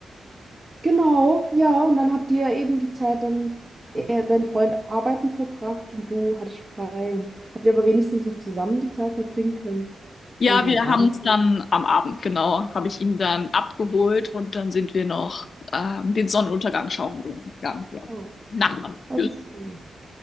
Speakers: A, on the right; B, on the left.
A: Genau, ja, und dann habt ihr eben die Zeit dann, er, dein Freund arbeiten verbracht und du hattest frei und habt ihr aber wenigstens noch zusammen die Zeit verbringen können.
B: Ja,
A: Oder den
B: wir
A: Abend.
B: haben uns dann am Abend, genau, habe ich ihn dann abgeholt und dann sind wir noch ähm, den Sonnenuntergang schauen gegangen. Ja.
A: Oh,
B: Nachbarn.
A: oh,
B: Ja.
A: das ist schön.